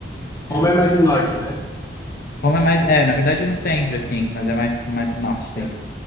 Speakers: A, on the left (about 55°); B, on the left (about 20°).
A: É.
B: Roma é mais o norte, né?
A: Roma é mais, é, na verdade é no centro, assim, mas é mais mais pro norte, sim,
B: Centro.